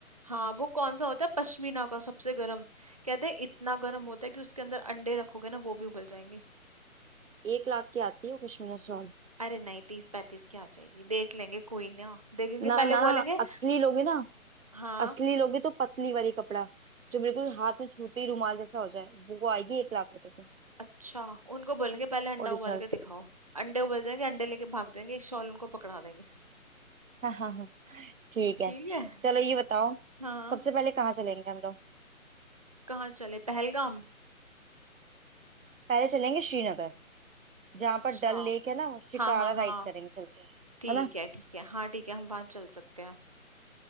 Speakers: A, on the right (about 25°); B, on the right (about 65°).
A: हाँ वो कौन सा होता है पश्मीना का सबसे गर्म कहते हैं इतना गर्म होता है कि उसके अंदर अंडे रखोगे ना वो भी उबल जाएंगे
B: एक लाख की आती है वो कश्मीर शॉल
A: अरे नहीं तीस पैंतीस की आ जाएगी देख लेंगे कोई ना देखेंगे
B: ना
A: पहले
B: ना
A: बोलेंगे
B: असली लोगे ना
A: हाँ
B: असली लोगे तो पतली वाली कपड़ा जो बिल्कुल हाथ में छूते ही रुमाल जैसा हो जाए वो आएगी एक लाख रुपए की
A: अच्छा उनको बोलेंगे पहले अंडा
B: ओरिजिनल
A: उबाल के दिखाओ अंडे उबल जाएंगे अंडे लेके भाग जाएंगे शॉल उनको पकड़ा देंगे
B: हाँ हाँ हाँ <laughs> ठीक है
A: ठीक है
B: चलो ये बताओ
A: हाँ
B: सबसे पहले कहाँ चलेंगे हम लोग
A: कहाँ चले पहलगाम
B: पहले चलेंगे श्रीनगर जहाँ
A: अच्छा
B: पर डल लेक है ना वो शिकारा
A: हाँ हाँ हाँ
B: राइड करेंगे चल के
A: ठीक
B: है ना
A: है ठीक है हाँ ठीक है हम वहां चल सकते हैं